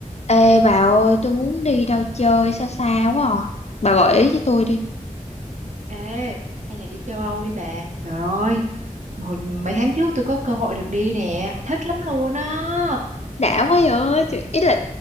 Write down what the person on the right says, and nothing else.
Ê, hay là đi châu Âu đi bà. Trời ơi, hồi mấy tháng trước tôi có cơ hội được đi nè, thích lắm luôn á.